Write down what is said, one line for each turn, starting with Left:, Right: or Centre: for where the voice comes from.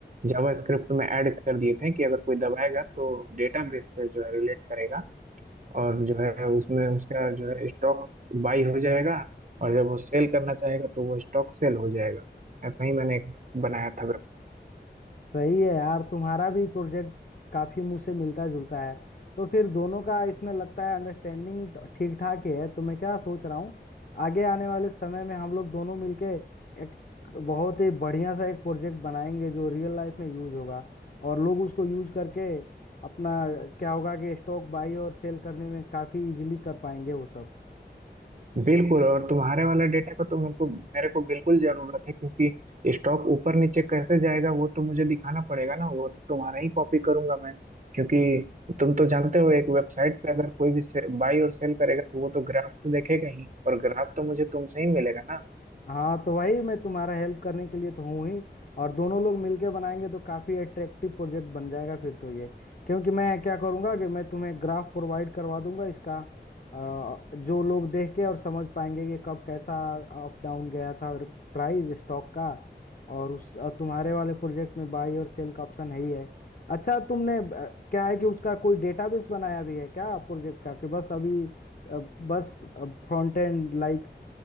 Right: जावास्क्रिप्ट में ऐड कर दिए थे कि अगर कोई दबाएगा तो डेटाबेस से जो है रिलेट करेगा और जो है उसमें उसका जो है स्टॉक बाई हो जाएगा और जब वो सेल करना चाहेगा तो वो स्टॉक सेल हो जाएगा ऐसा ही मैंने एक बनाया था
Left: सही है यार तुम्हारा भी प्रोजेक्ट काफी मुझसे मिलता जुलता है तो फिर दोनों का इसमें लगता है अंडरस्टैंडिंग ठीक ठाक ही है तो मैं क्या सोच रहा हूँ आगे आने वाले समय में हम लोग दोनों मिलके एक बहुत ही बढ़िया सा एक प्रोजेक्ट बनाएंगे जो रियल लाइफ में यूज होगा और लोग उसको यूज करके अपना क्या होगा कि स्टॉक बाई और सेल करने में काफी इजीली कर पाएंगे वो सब
Right: बिल्कुल और तुम्हारे वाला डेटा का तो मेरे को मेरे को बिल्कुल जरूरत है क्योंकि स्टॉक ऊपर नीचे कैसे जाएगा वो तो मुझे दिखाना पड़ेगा ना वो तो तुम्हारा ही कॉपी करूंगा मैं क्योंकि तुम तो जानते हो एक वेबसाइट पे अगर कोई भी बाई और सेल करेगा तो वो तो ग्राफ तो देखेगा ही और ग्राफ तो मुझे तुमसे ही मिलेगा ना
Left: हाँ तो वही मैं तुम्हारा हेल्प करने के लिए तो हूँ ही और दोनों लोग मिलके बनाएंगे तो काफी अट्रैक्टिव प्रोजेक्ट बन जाएगा फिर तो ये क्योंकि मैं क्या करूंगा कि मैं तुम्हें ग्राफ प्रोवाइड करवा दूंगा इसका अ, जो लोग देख के और समझ पाएंगे कि कब कैसा अप डाउन गया था और प्राइस स्टॉक का और उस और तुम्हारे वाले प्रोजेक्ट में बाई और सेल का ऑप्शन है ही है अच्छा तुमने अ, क्या है कि उसका कोई डेटाबेस बनाया भी है क्या प्रोजेक्ट का कि बस अभी अ, बस फ्रंट एंड लाइक